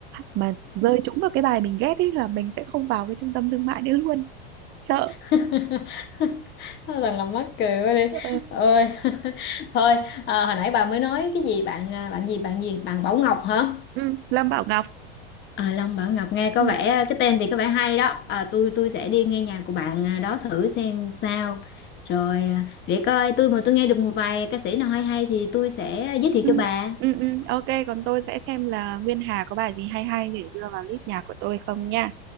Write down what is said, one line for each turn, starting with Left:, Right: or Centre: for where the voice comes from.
Right: mà rơi trúng vào cái bài mình ghét ấy là mình sẽ không vào cái trung tâm thương mại nữa luôn sợ
Left: <laughs> thật là mắc cười quá đi
Right: ờ.
Left: ơi <laughs> thôi à, hồi nãy bà mới nói cái gì bạn à, bạn gì bạn gì bạn Bảo Ngọc hả
Right: ừ. Lâm Bảo Ngọc
Left: à, Long Bảo Ngọc nghe có
Right: ừ.
Left: vẻ à, cái tên thì có vẻ hay đó à, tôi tôi sẽ đi nghe nhạc của bạn à, đó thử xem sao rồi à, để coi tôi mà tôi nghe được một vài ca sĩ nào hay hay thì tôi sẽ à, giới thiệu
Right: Ừ.
Left: cho bà
Right: Ừ. ừ. ok còn tôi sẽ xem là Nguyên Hà có bài gì hay hay để đưa vào list nhạc của tôi không nha